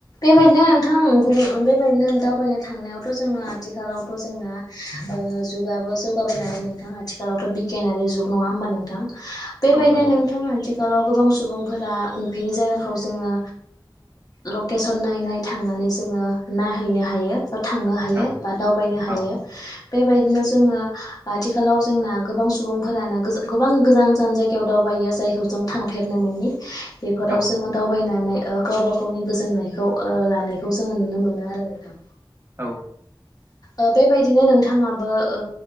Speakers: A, on the left; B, on the right.
A: बेबायदिनो नोंथां बेबायदिनो दावबायनो थांनायावथ' जोङो आथिखालावथ' जोंना ओ जुगाबो जौगाबाय नालाय नोंथां आथिखालावथ' बिगियानारि जुग नङा होमबा नोंथां? बेबायदिनो
B: औ नंगौ
A: नोंथां आथिखालाव गोबां सुबुंफोरा नुफेरै जायगाखौ जोङो लकेसन नायै नायै थांनानै जोङो नायहैनो हायो। थांनो हायो
B: औ
A: बा दावबायनो हायो
B: औ
A: बेबायदिनो आथिखालाव जोंना गोबां सुबुंफोरानो गोबां गोजान गोजान जायगायाव दावबायो जायखौ जों थांफेरनो मोनि बेफोराव
B: औ
A: जोङो दावबायनानै गावबा गावनि गोजोननायखौ लानायखौ जोङो नुनो मोनो आरो नोंथां
B: औ
A: ओ बेबायदिनो नोंथाङाबो ओ